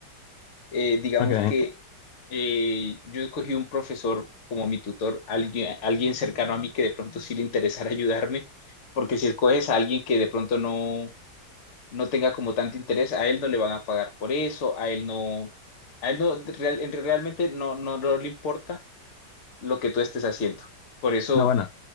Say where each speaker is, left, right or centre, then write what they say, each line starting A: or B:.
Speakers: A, on the left (about 50°); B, on the left (about 75°).
A: Eh, digamos
B: Ok,
A: que eh, yo escogí un profesor como mi tutor, alguien, alguien cercano a mí que de pronto sí le interesara <laughs> ayudarme, porque si escoges a alguien que de pronto no no tenga como tanto interés, a él no le van a pagar por eso, a él no, a él no, real- en- realmente no, no, no le importa lo que tú estés haciendo. Por eso,
B: no, bueno,